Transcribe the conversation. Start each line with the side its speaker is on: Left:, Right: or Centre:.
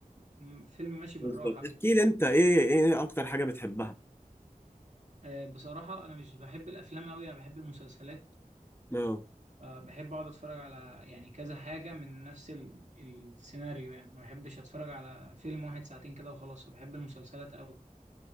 Right: م- فيلم ماشي بالراحه
Left: بالظبط احكي
Right: كده
Left: لي أنت إيه إيه أكتر حاجة بتحبها؟
Right: آه، بصراحة أنا مش بحب الأفلام أوي أنا بحب المسلسلات
Left: آه
Right: آه، بحب اقعد اتفرج على يعني كذا حاجة من نفس ال- السيناريو يعني ما بحبش اتفرج على فيلم واحد ساعتين كده وخلاص وبحب المسلسلات قوي